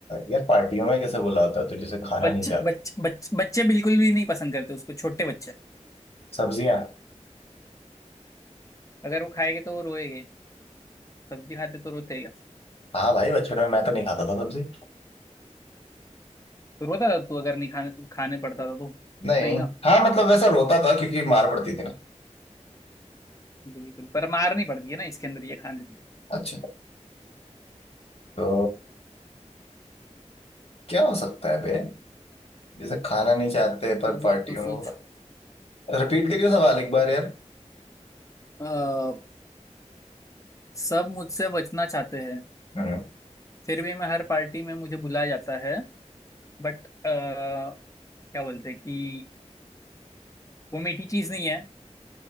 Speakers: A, on the left; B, on the left.
A: यार पार्टियों में कैसे बुलाता है तुझे से खाना
B: बच्चे
A: नहीं चाहते
B: बच्चे बच्चे बच्चे बिल्कुल भी नहीं पसंद करते उसको छोटे बच्चे
A: सब्जियां
B: अगर वो खाएंगे तो वो रोएंगे सब्जी खाते तो रोते ही हैं।
A: हाँ भाई बचपन में मैं तो नहीं खाता था सब्जी
B: तो रोता था तू अगर नहीं खाने खाने पड़ता था तो
A: नहीं
B: नहीं ना
A: हाँ मतलब वैसा रोता था क्योंकि मार पड़ती थी ना
B: बिल्कुल पर मारनी पड़ती है ना इसके अंदर ये खाने में
A: अच्छा तो क्या हो सकता है बे जैसे खाना नहीं चाहते पर
B: तू
A: पार्टियों
B: सोच तू
A: में
B: सोच
A: हो रहा? रिपीट करियो सवाल एक बार यार
B: अ, सब मुझसे बचना चाहते हैं
A: हम्म,
B: फिर भी मैं हर पार्टी में मुझे बुलाया जाता है बट क्या बोलते हैं कि वो मीठी चीज नहीं है